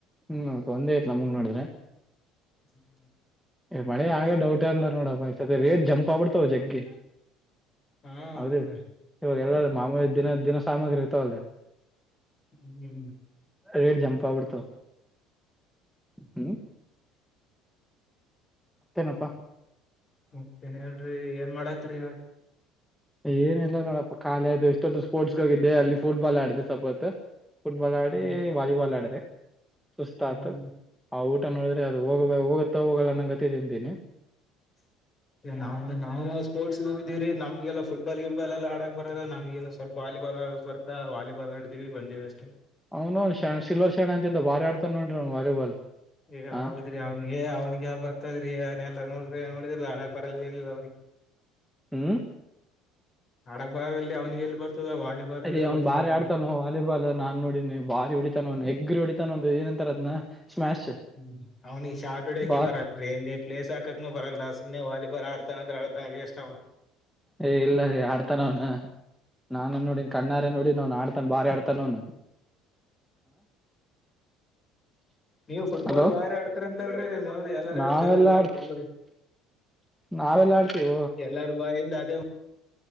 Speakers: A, in the centre; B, on the left (about 25°).
A: ಹ್ಮ್ ಒಂದೆ ಆಯಿತ್ ನಮಂಗ ನೋಡಿದ್ರೆ.
B: ಹ್ಮ್
A: ಮಳಿ ಆಗ್ದ ಡೌಟ್ ಅಂದ್ರ ನೋಡಪ್ಪಾ ಇಸತಿ ರೇಟ್ ಜಂಪ್ ಆಗಬುಡ್ತಾವು ಜಗ್ಗಿ.
B: ಹಾ
A: ಹೌದಿಲ್
B: ಹೌದ್ರೀ,
A: ಇವಾಗ ಎಲ್ಲ ಮಾಮುಲಿ ದಿನ ದಿನ ಸಾಮಗ್ರಿ ಇರ್ತವಲ್ಲ.
B: ಹ್ಮ್.
A: ರೇಟ್ ಜಂಪ ಆಗ್ಬಿಡ್ತಾವ್ ಹ್ಮ್. ತ್ತೇನಪ್ಪಾ,
B: ಮತ್ತೇನ್ ಹೇಳ್ರಿ ಏನ್ ಮಾಡತ್ರಿ ಇವಾಗ.
A: ಏನಿಲ್ಲ ನೋಡಪ್ಪಾ ಕಾಲೇ ಅದು ಇಷ್ಟೊತ್ತು ಸ್ಪೋರ್ಟ್ಸ್ಗಾಗ ಹೋಗಿದ್ದೆ ಅಲ್ಲಿ ಫುಟ್ಬಾಲ್ ಆಡಿದೆ ಸಪತ್ತು. ಫುಟ್ಬಾಲ್ ಆಡಿ,
B: ಹಾ
A: ವಾಲಿಬಾಲ್ ಆಡದೆ, ಸುಸ್ತತ್
B: ಹ್ಮ್
A: ಆಯಿತು. ಆ ಊಟ ನೋಡಿದ್ರೆ ಅದು ಹೋಗ ಹೋಗುತ್ತ ಹೋಗಲ್ಲ ಅಂನ್ಗತೆ ತಿಂತೀನಿ.
B: <inaudible> ನಾವ ನಾವು ಸ್ಪರ್ಟ್ಸ್ ಹೋಗಿದೀರಿ ನಮ್ಗೆಲ್ಲ ಫುಟಬಾಲ್ ಗಿಟ್ಬಾಲ್ ಎಲ್ಲ ಆಡಕ್ ಬರೋಲ್ಲ ನಮ್ ಏನು ಸ್ವಲ್ಪ ವಾಲಿಬಾಲ್ ಆಡಕ್ ಬರ್ತಾ ವಾಲಿಬಾಲ್ ಆಡಿದೀವಿ ಬಂದೀವಿ ಅಷ್ಟೇ
A: ಅವ್ನು ಅವನು ಶಣ ಸಿಲ್ರ್ ಶಣ ಅಂತಿದ್ದ ಭಾರಿ ಆಡ್ತಾನ ನೋಡಿರಿ ಅವ ವಾಲಿಬಾಲ್
B: ಏ
A: ಹಾ
B: ಹೌದ್ರಿ ಅವಿಗೆ ಅವ್ನಿಗೆ ಬರ್ತದ್ರೀ ಅವನೆಲ್ಲಾ ನೋಡ್ರಿ ನೋಡಿದ್ರಾಲ ಬರಲ್ ಏನ್ರಿ ಅವ್ನಿಗೆ
A: ಹ್ಮ್
B: ಆಡಕ್ ಬಾರಲ್ಲಿ ಅವನಿಗೆ ಎಲ್ಲಿ ಬರ್ತದ ವಾಲಿಬಾಲ್
A: ಅಯ್ಯ
B: ಅಂದ್ರೆ
A: ಅವ್ನ್
B: ಗೊತ್ತಿಲ್ಲ
A: ಬಾರಿ
B: ಅವನಿಗೆ
A: ಆಡ್ತಾನ ವಾಲಿಬಾಲ್ ನಾನ್ ನೋಡಿನಿ ಬಾರಿ ಹೊಡಿತಾನ ಹೆಗ್ರಿ ಹೊಡಿತಾನ ಒಂದು ಏನಂತರ ಅದ್ನಾ ಸ್ಮ್ಯಾಶ್
B: ಹ್ಮ ಅವ್ನಿಗ್ ಶಾಟ್ ಹೊಡಿಯೋಕೆ
A: ಬಾರಿ
B: ಬರಲ್ ಅ ಎಲ್ಲಿ ಪ್ಲೇಸ್ ಹಾಕಕು ಬರಲ್ಲ ಸುಮ್ಮನೆ ವಾಲಿಬಾಲ್ ಆಡ್ತಾನ ಅಂದ್ರ ಆಡತ ವೇಸ್ಟ್ ಅವ
A: ಏ ಇಲ್ಲ ರೀ ಆಡ್ತಾ ಅವನು ನಾನು ನೋಡನ್ ಕಣ್ಣಾರೆ ನೋಡಿ ಅವನ್ ಆಡ್ತ ತನ್ ಬಾರಿ ಆಡ್ತಾನ್ ಅವ್ನು
B: ನೀವು ಫುಟ್ಬಾಲ್
A: ಹಲೋ
B: ಬಾರಿ ಆಡ್ತರಿ ಅಂತಲ್ರರಿ ನೋಡ್ರಿ ಎಲ್ಲಾರ
A: ನಾವೆಲ್ಲಾ
B: ಹೇಳ್ರ್
A: ಆಡ್
B: ಫುಲು
A: ನಾವೆಲ್ಲಾ ಆಡ್ತೀವಿ
B: ಎಲ್ಲಾರ್ ಬಾಯಿಂದ ಅದೇ